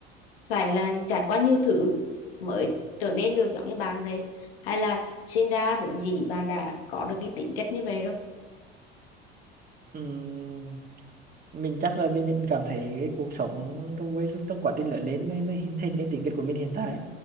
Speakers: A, on the left (about 70°); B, on the right (about 30°).
A: phải là trải qua nhiều thứ mới trở nên được giống như bạn vậy hay là sinh ra vốn dĩ bạn đã có được cái tính cách như vậy rồi
B: Ừm, mình chắc là mình mình cảm thấy cái cuộc sống trong với trong quá trình lớn lên mới mới hình thành nên tính cách của mình hiện tại